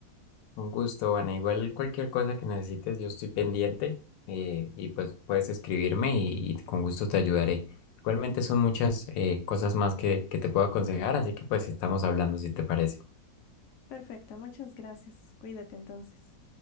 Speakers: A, on the left; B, on the left.
A: Un gusto, Ana. Igual cualquier cosa que necesites, yo estoy pendiente eh, y pues puedes escribirme y, y con gusto te ayudaré. Igualmente son muchas eh, cosas más que, que te puedo aconsejar, así que pues estamos hablando si te parece.
B: Perfecto, muchas gracias. Cuídate entonces.